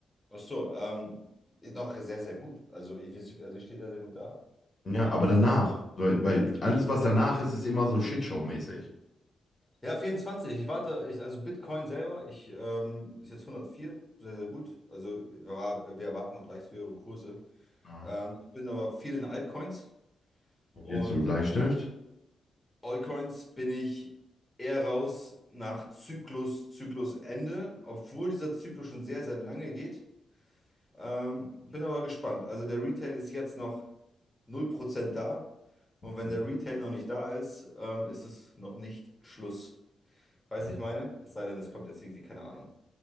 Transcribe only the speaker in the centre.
Ach so, ähm, ist noch sehr, sehr gut. Also ich, also ich stehe sehr, sehr gut da.
Ähm,
ja, 24. Ich warte, ich, also Bitcoin selber, ich ähm, ist jetzt hundertvier sehr, sehr gut. Also wir, war, wir erwarten noch leicht höhere Kurse.
Ähm, ich bin aber viel in Altcoins
und
Altcoins bin ich eher raus nach Zyklus, Zyklusende, obwohl dieser Zyklus schon sehr, sehr lange geht. Ähm, bin aber gespannt. Also der Retail ist jetzt noch null Prozent da. Und wenn
der Retail noch nicht da ist, ähm, ist es noch nicht Schluss. Weißt
du, ich meine? Es sei denn, es kommt jetzt irgendwie, keine Ahnung,